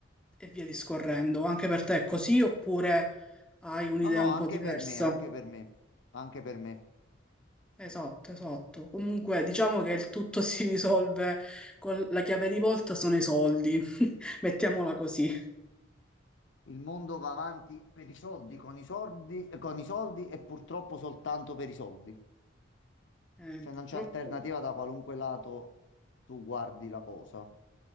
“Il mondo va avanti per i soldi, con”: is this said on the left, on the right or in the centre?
Left